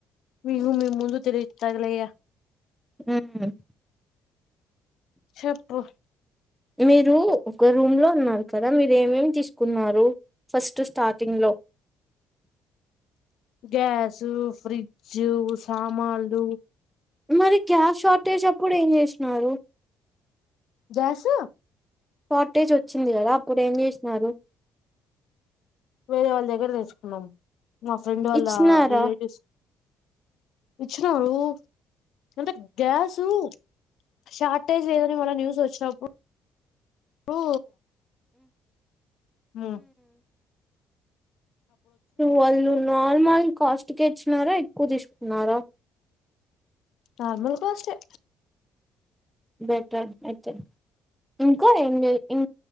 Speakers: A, on the left; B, in the centre.
A: మీము మీ ముందు తెరితగలయ
B: ఉం
A: చెప్పు
B: మీరు ఒక రూమ్ లో ఉన్నారు కదా మీరు ఏమేమి తీసుకున్నారు ఫస్ట్ స్టార్టింగ్ లో
A: గ్యాసు ఫ్రిడ్జ్ సామాన్లు
B: మరి గ్యాస్ షార్టేజ్ అప్పుడు ఏం చేసినారు
A: గ్యాసు
B: షార్టేజ్ వచ్చింది కదా అప్పుడు ఏం చేసినారు
A: వేరే వాళ్ళ దగ్గర తెచ్చుకున్నాం మా ఫ్రెండ్ వాళ్ళ
B: ఇచ్చినారా
A: రిలేటివ్స్ ఇచ్చినారు అంటె గ్యాసు షార్టేజ్ లేద మల్ల న్యూస్ వచ్చినప్పు ఓ మ్మ్
B: వాళ్ళు నార్మల్ కాస్ట్ కే ఇచ్చినారా ఎక్కువ తీసుకున్నారా
A: ఆ మమూల్ కాస్ట్ యే
B: బెటర్ అయితేే ఇంకా ఏంలేదు ఇం